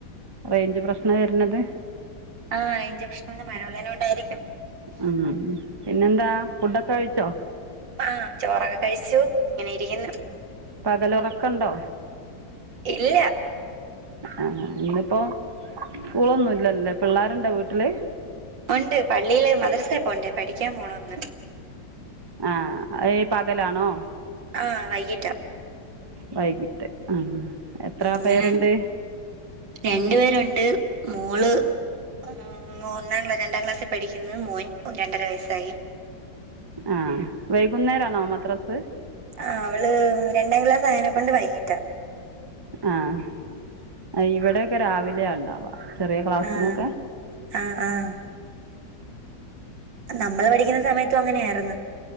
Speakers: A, on the right (about 20°); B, on the right (about 80°).
A: റേഞ്ച് പ്രശ്നം വരുന്നത്
B: ആഹ് റെയിഞ്ച് പ്രശ്നം മഴയുള്ളയ്നെ കൊണ്ടായിരിക്കും
A: ഉം പിന്നെന്താ ഫുഡൊക്കെ കഴിച്ചോ?
B: ആഹ് ചോറൊക്കെ കഴിച്ചു ഇങ്ങനെ ഇരിക്കുന്നു
A: പകലൊറക്കണ്ടോ?
B: ഇല്ല്യ.
A: ആഹ് ഇന്ന്പ്പോ സ്കൂളൊന്നുംല്ലല്ലേ പിള്ളേര്ണ്ടോ വീട്ടില്?
B: ഉണ്ട് പള്ളിയില് മദ്രസേ പോണ്ടേ പഠിക്കാൻ പോണംന്ന്
A: ആഹ് ഏഹ് പകലാണോ
B: ആഹ് വൈകീട്ടാ
A: വൈകിട്ട് ആഹ് എത്ര
B: അങ്ങനെ
A: പേര്ണ്ട്?
B: രണ്ടു പേരുണ്ട് മോള് ഉം ഒന്നാം ക്ലാ രണ്ടാം ക്ലാസ്സി പഠിക്കുന്നു മോൻ രണ്ടര വയസ്സായി
A: ആഹ് വൈകുന്നേരാണോ മദ്രസ്
B: ആഹ് അവള് രണ്ടാം ക്ലാസ് ആയേനെ കൊണ്ട് വൈകീട്ടാ.
A: ആഹ് ഇവിടെയൊക്കെ രാവിലെയാ ഇണ്ടാവാ ചെറിയ ക്ലാസിനൊക്കെ
B: ആഹ് ആഹ് ആഹ് നമ്മള് പഠിക്കുന്ന സമയത്തും അങ്ങനെയാര്ന്ന്